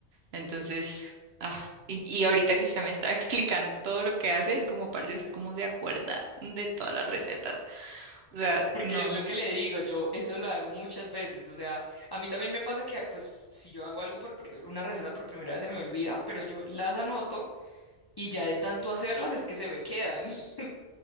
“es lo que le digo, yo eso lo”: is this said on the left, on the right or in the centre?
Left